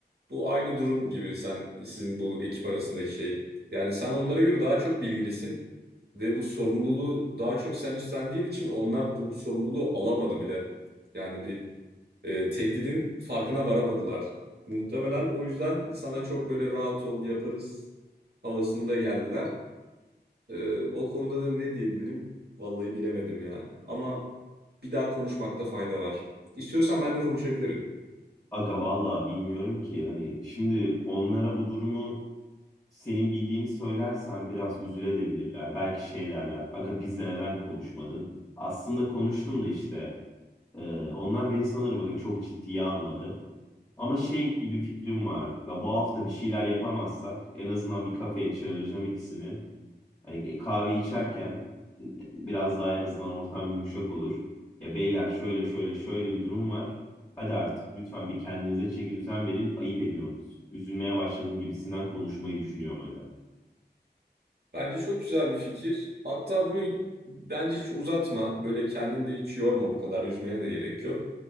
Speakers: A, on the right (about 65°); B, on the left (about 15°).
A: Bu aynı durum gibi sen sizin bu ekip arasındaki şey. Yani sen onlara göre daha çok bilgilisin ve bu sorumluluğu daha çok sen üstlendiğin için onlar bu sorumluluğu alamadı bile. Yani bir e, tehdidin farkına varamadılar. Muhtemelen o yüzden sana çok böyle rahat ol yaparız havasında geldiler. Ee, o konuda da ne diyebilirim? Vallahi bilemedim ya. Ama bir daha konuşmakta fayda var. İstiyorsan ben de konuşabilirim.
B: Aga vallahi bilmiyorum ki hani şimdi onlara bu durumu senin bildiğini söylersen biraz üzülebilirler. Belki şey derler. Aga bizle neden konuşmadın? Aslında konuştum da işte. e, onlar beni sanırım aga çok ciddiye almadı. Ama şey gibi fikrim var. Ya bu hafta bir şeyler yapamazsak en azından bir kafeye çağıracağım ikisini. Hani e, kahve içerken e, biraz daha en azından ortam yumuşak olur. Ya beyler şöyle şöyle şöyle bir durum var. Hadi artık lütfen bir kendinize çeki düzen verin. Ayıp ediyorsunuz. Üzülmeye başladım gibisinden konuşmayı düşünüyorum hala.
A: Bence çok güzel bir fikir. Hatta bunu bence hiç uzatma. Böyle kendini de hiç yorma bu kadar. Üzmene de gerek yok.